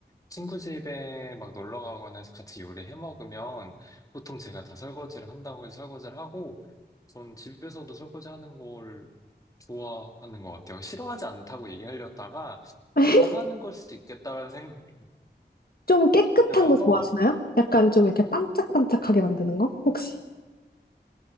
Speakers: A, on the left; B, on the left.
A: 친구 집에 막 놀러 가거나 해서 같이 요리해 먹으면 보통 제가 다 설거지를 한다고 해서 설거지를 하고 전 집에서도 설거지 하는 걸 좋아하는 것 같아요. 싫어하지 않다고 얘기하려다가
B: <laughs>
A: 좋아하는 걸 수도 있겠다라는 생각이
B: 좀 깨끗한
A: 들어서
B: 거 좋아하시나요? 약간 좀 이렇게 반짝반짝하게 만드는 거? 혹시?